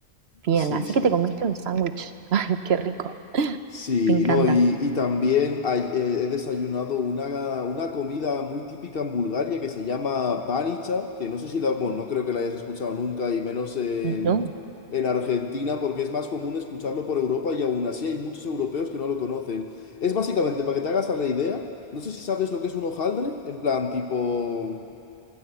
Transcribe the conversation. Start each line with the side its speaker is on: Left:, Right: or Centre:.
Right: Bien,
Left: Sí,
Right: así
Left: sí.
Right: que te comiste un sándwich. <laughs> Ay, qué rico.
Left: Sí,
Right: Me encanta.
Left: no, y, y también hay- eh, he desayunado una, una comida muy típica en Bulgaria que se llama banicha, que no sé si la, bueno, no creo que la hayas escuchado nunca, y menos en,
Right: Mm. ¿No?
Left: en Argentina, porque es más común escucharlo por Europa y aún así hay muchos europeos que no lo conocen. Es básicamente, para que te hagas a la idea, no sé si sabes lo que es un hojaldre, en plan tipo